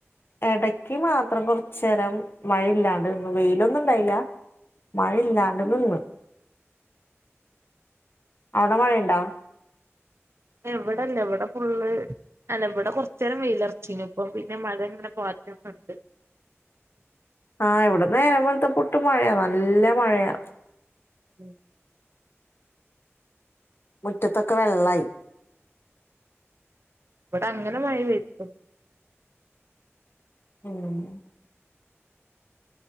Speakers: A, on the left; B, on the right.
A: ഇടക്ക് മാത്രം കുറച്ച് കുറച്ചേരം മഴയില്ലാണ്ട് നിന്ന് വെയിലൊന്നും ഇണ്ടായില്ല മഴയില്ലാ ഇവടെ നിന്ന് അവിടെ മഴയണ്ടാ
B: ഇവിടെല്ല ഇവിടെ ഫുള്ള് അല്ല ഇവിടെ കുറച്ച് നേരം വെയിലർച്ചീന് ഇപ്പം പിന്നെ മഴങ്ങനെ പാറ്റ്ന്നുണ്ട്
A: ആഹ് ഇവിട നേരം വെളുപ്പത്തെ തോട്ട് മഴയാ നല്ല മഴയാ
B: ഉം
A: മുറ്റത്തൊക്കെ വെള്ളായി
B: ഇവിടെ അങ്ങനെ മഴ വരും
A: ഉം